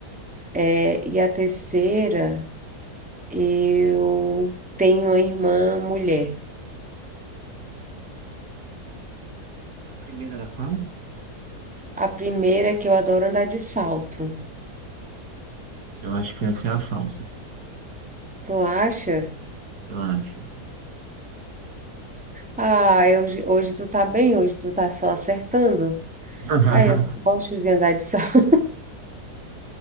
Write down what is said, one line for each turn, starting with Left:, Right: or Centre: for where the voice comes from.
Centre: É, e a terceira, eu tenho uma irmã mulher.
Right: A primeira era qual?
Centre: A primeira é que eu adoro andar de salto.
Right: Eu acho que essa é a falsa.
Centre: Tu acha?
Right: Eu acho.
Centre: Ah, hoje, hoje tu tá bem, hoje tu tá só acertando.
Right: <laughs>
Centre: Ah, eu gosto de andar de <laughs> salto.